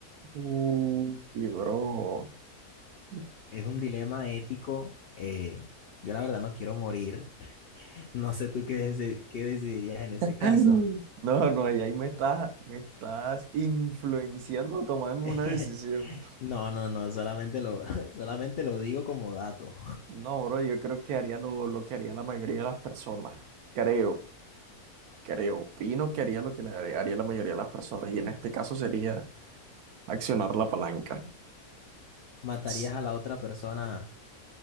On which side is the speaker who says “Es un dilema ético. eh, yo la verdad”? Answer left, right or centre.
Left